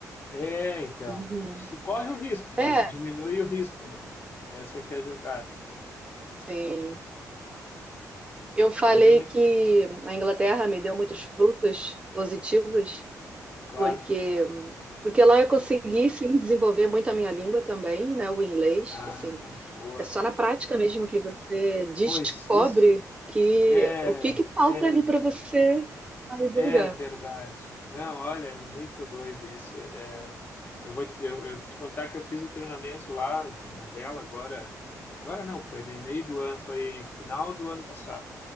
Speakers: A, on the left; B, on the right.
A: É, então,
B: Uhum.
A: se corre o risco,
B: É,
A: mas diminui o risco, né? Essa que é a jogada.
B: Sim. Eu falei
A: Mas é muito.
B: que
A: hum,
B: a Inglaterra me deu muitos frutos positivos,
A: claro,
B: porque
A: sim.
B: porque lá eu consegui sim desenvolver muito a minha língua também, né, o inglês,
A: Ah,
B: assim.
A: boa.
B: É só na prática mesmo que você descobre
A: Pois isso
B: que
A: é,
B: o que que falta
A: é,
B: ali para você sair
A: é
B: do lugar.
A: verdade. Não, olha, é muito doido isso. É, eu vou te, eu, eu vou te contar que eu fiz o treinamento lá na vela agora. Agora não, foi no meio do ano, foi final do ano passado.